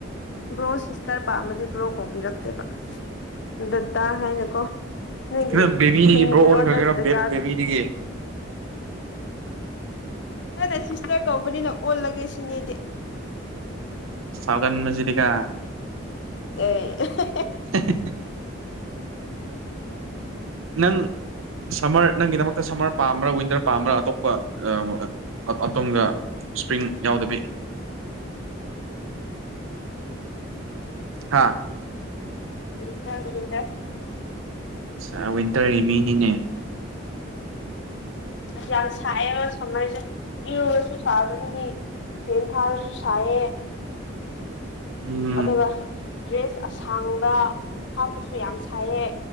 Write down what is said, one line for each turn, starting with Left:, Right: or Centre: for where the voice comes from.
Left: ꯕ꯭ꯔꯣ ꯁꯤꯁꯇꯔ ꯄꯥꯝꯃꯗꯤ ꯕ꯭ꯔꯣ ꯀꯧꯕꯤꯔꯛꯇꯨꯢꯕ ꯗꯗꯥ ꯍꯥꯏꯅꯀꯣ ꯅꯪꯒꯤ
Right: ꯀꯩꯅꯣ ꯕꯦꯕꯤꯗꯒꯤ
Left: ꯈꯨꯟꯒꯤ
Right: ꯕ꯭ꯔꯣ ꯑꯣꯟꯈ꯭ꯔꯒꯦꯔꯣ
Left: ꯂꯣꯟꯗ ꯗꯗꯥꯗꯣ
Right: ꯕꯦꯕꯤꯗꯒꯤ
Left: ꯅꯪꯅꯦ ꯁꯤꯁꯇꯔ ꯀꯧꯕꯅꯤꯅ ꯑꯣꯜꯂꯒꯦ ꯁꯤꯅꯦ ꯑꯩꯗꯤ
Right: ꯁꯥꯎꯒꯥꯟꯕꯁꯤꯗꯤꯒꯣ
Left: ꯑꯦ
Right: <unintelligible> ꯅꯪ ꯁꯝꯃꯔ ꯅꯪꯒꯤꯗꯃꯛꯇ ꯁꯝꯃꯔ ꯄꯥꯝꯕ꯭ꯔꯥ ꯋꯤꯟꯇꯔ ꯄꯥꯝꯕ꯭ꯔꯥ ꯑꯇꯣꯞꯄ ꯑꯇꯣꯝꯒ ꯁ꯭ꯄ꯭ꯔꯤꯡ ꯌꯥꯎꯗꯕꯤ ꯍꯥꯥ
Left: ꯋꯤꯟꯇꯔꯅꯤ ꯋꯤꯟꯇꯔ
Right: ꯑꯠꯆꯥ ꯋꯤꯟꯇꯔꯒꯤ ꯃꯤꯅꯤꯅꯦ
Left: ꯅꯠꯇꯦ ꯌꯥꯝ ꯁꯥꯏꯌꯦꯕ ꯁꯃꯔꯖꯦ <unintelligible> ꯁꯥꯒꯅꯤꯌꯦ ꯋꯤꯟꯊꯥꯔꯗꯁꯨ ꯁꯥꯏꯌꯦ
Right: ꯎꯝ
Left: ꯑꯗꯨꯒ ꯗ꯭ꯔꯦꯁ ꯑꯁꯥꯡꯕ ꯍꯥꯞꯄꯁꯨ ꯌꯥꯝ ꯁꯥꯏꯌꯦ